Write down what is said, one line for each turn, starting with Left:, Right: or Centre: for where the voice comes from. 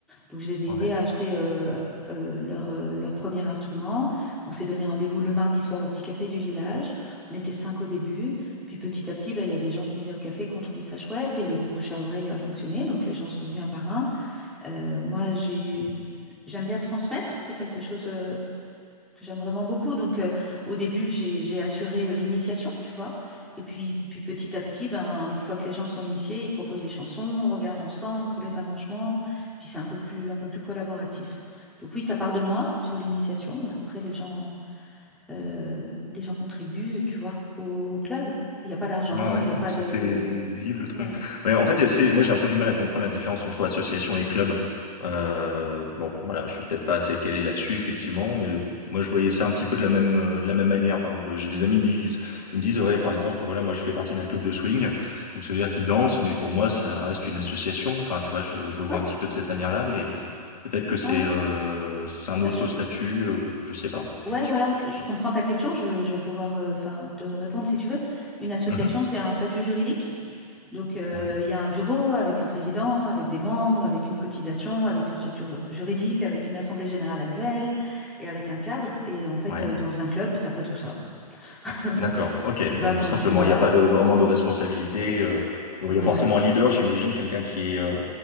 Centre: Donc, je les ai
Left: Ouais.
Centre: aidés à acheter euh, euh, leur, euh, leur premier instrument. On s'est donné rendez-vous le mardi soir au petit café du village. On était cinq au début. Puis petit à petit, ben, il y a des gens qui venaient au café qui ont trouvé ça chouette et le bouche à oreille a fonctionné. Donc, les gens sont venus un par un. Euh, moi, j'ai... J'aime bien transmettre, c'est quelque chose euh, que j'aime vraiment beaucoup. Donc, euh, au début, j'ai, j'ai assuré euh, l'initiation, tu vois. Et puis, puis petit à petit, ben, une fois que les gens sont initiés, ils proposent des chansons, on regarde ensemble pour les arrangements. Puis c'est un peu plus, un peu plus collaboratif. Donc oui, ça part de moi sur l'initiation, mais après, les gens, euh, les gens contribuent, tu vois, au, au club. Il n'y a pas d'argent,
Left: Ah ouais,
Centre: il n'y
Left: donc
Centre: a pas
Left: ça
Centre: de...
Left: fait vivre le truc.
Centre: Ouais,
Left: Ouais, en fait, c'est, c'est- moi j'ai un peu du mal à comprendre la différence entre association et club. Euh, bon, voilà, je suis peut-être pas assez calé là-dessus, effectivement, mais moi je voyais ça un petit peu de la même, euh, de la même manière. Par exemple, j'ai des amis qui disent, ils me disent, ouais, par exemple, voilà, moi je fais partie d'un club de swing, donc ça veut dire qu'ils dansent, mais pour moi ça reste une association. Enfin, tu vois, je, je le vois
Centre: ouais,
Left: un petit peu de cette manière-là, mais peut-être que c'est
Centre: ouais. ouais.
Left: euh, c'est un autre
Centre: Bah, je
Left: statut, euh, je sais pas.
Centre: Ouais,
Left: Je-
Centre: voilà,
Left: je-
Centre: je comprends ta question. Je, je vais pouvoir euh, enfin, te répondre si tu veux. Une association,
Left: Mhm.
Centre: c'est un statut juridique. Donc, euh,
Left: Ouais,
Centre: il y a un bureau avec un président, avec des membres, avec une cotisation, avec une structure juridique, avec une assemblée générale annuelle et avec un cadre. Et en fait,
Left: ouais.
Centre: euh, dans un club, t'as pas tout ça. <laughs>
Left: D'accord, ok.
Centre: Tu
Left: Donc
Centre: vas quand
Left: tout simplement,
Centre: tu vas.
Left: il n'y a pas de vraiment de responsabilité. euh, il
Centre: Ouais.
Left: y a forcément un leader, j'imagine, quelqu'un qui est euh,